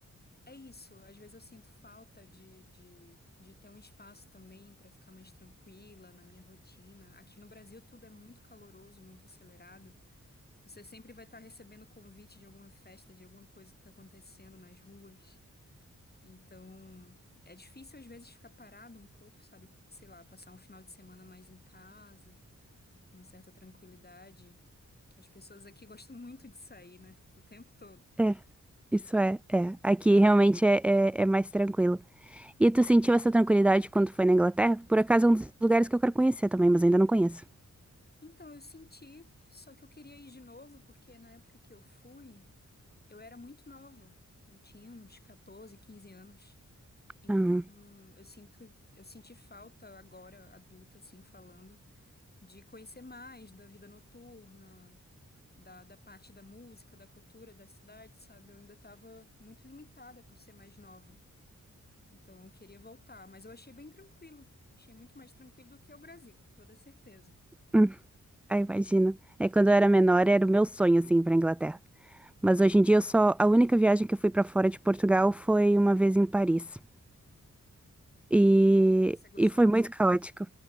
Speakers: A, on the left; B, in the centre.
A: É isso, às vezes eu sinto falta de, de, de ter um espaço também para ficar mais tranquila na minha rotina. Aqui no Brasil tudo é muito caloroso, muito acelerado. Você sempre vai estar recebendo convite de alguma festa, de alguma coisa que está acontecendo nas ruas. Então, é difícil às vezes ficar parado um pouco, sabe? Sei lá, passar um final de semana mais em casa, numa certa tranquilidade. As pessoas aqui gostam muito de sair, né? O tempo todo.
B: É, isso é, é. Aqui realmente é, é, é mais tranquilo. E tu sentiu essa tranquilidade quando foi na Inglaterra? Por acaso é um dos lugares que eu quero conhecer também, mas ainda não conheço.
A: Então, eu senti, só que eu queria ir de novo, porque na época que eu fui, eu era muito nova. Eu tinha uns 14, 15 anos. Então,
B: Ah,
A: eu sinto, eu senti falta agora, adulta, assim, falando, de conhecer mais da vida noturna, da, da parte da música, da cultura da cidade, sabe? Eu ainda estava muito limitada por ser mais nova. Então, eu queria voltar, mas eu achei bem tranquilo. Achei muito mais tranquilo do que o Brasil, com toda certeza.
B: hum. Ah, imagino. É quando eu era menor, era o meu sonho, assim, ir pra Inglaterra. Mas hoje em dia eu só. A única viagem que eu fui pra fora de Portugal foi uma vez em Paris. E,
A: Você gostou?
B: e foi muito caótico.